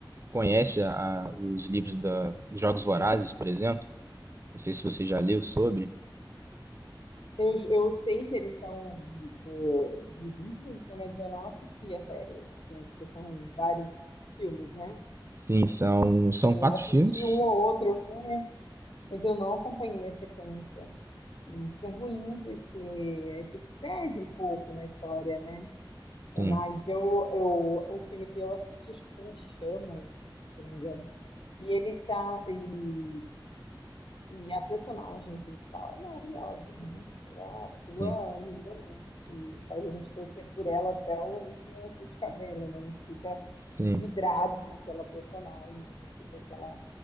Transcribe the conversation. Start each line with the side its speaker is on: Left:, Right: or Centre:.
Right: conhece a- a- os livros da dos Jogos Vorazes, por exemplo. Não sei se você já leu sobre.
Left: Eu, eu sei que eles são é, de livros, né, mas eu não assisti a série, assim, porque são vários filmes, né?
Right: Sim, são, são
Left: Eu
Right: quatro
Left: assisti
Right: filmes.
Left: um ou outro filme, mas eu não acompanhei a sequência. E Isso é ruim, porque aí você se perde um pouco na história, né? É,
Right: Sim,
Left: mas eu, eu, o filme que eu assisti, acho que foi em Chamas, se eu não me engano E ele tá. E, e a personagem principal é maravilhosa, né? Ela atua
Right: Sim,
Left: lindamente, faz a gente torcer por ela até o último fio de cabelo, né? A gente fica
Right: sim,
Left: vidrado naquela personagem, a gente fica com ela